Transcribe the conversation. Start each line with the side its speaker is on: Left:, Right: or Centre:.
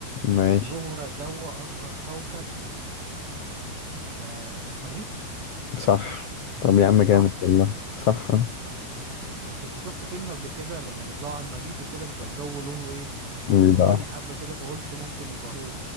Left: ماشي
Right: والزهره دوا اصغر كوكب آه، المريخ
Left: صح طب يا عم جامد
Right: صح
Left: والله صح آه.
Right: اه عشان كنت شفت فيلم قبل كده لما بيطلعوا على المريخ وكده بيبقى الجو لونه ايه
Left: بيبقى
Right: برتقاني
Left: أحمر.
Right: حبة كده فقلت ممكن يبقى هو